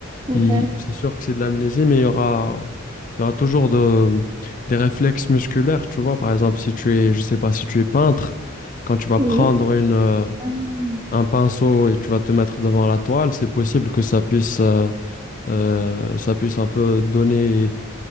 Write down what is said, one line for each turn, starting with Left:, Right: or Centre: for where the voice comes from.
Right: Ouais.
Left: il- c'est sûr que c'est de l'amnésie, mais il y aura, il y aura toujours de, des réflexes musculaires, tu vois. Par exemple, si tu es, je sais pas, si tu es peintre, quand tu vas
Right: Oui.
Left: prendre une, euh,
Right: Hum,
Left: un pinceau et tu vas te mettre devant la toile, c'est possible que ça puisse, euh, euh, ça puisse un peu donner